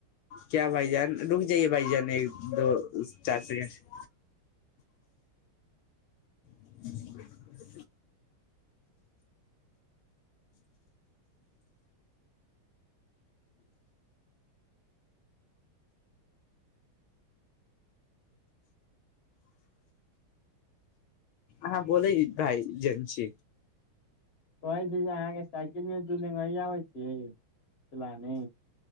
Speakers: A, on the left; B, on the left.
A: क्या भाईजान रुक जाइये भाईजान ो <unintelligible> चारि से <inaudible> हँ बोलै भाईजेन छी
B: कहै छै जे अहाँके साइकिल मे दू ल आबै छियै चलाने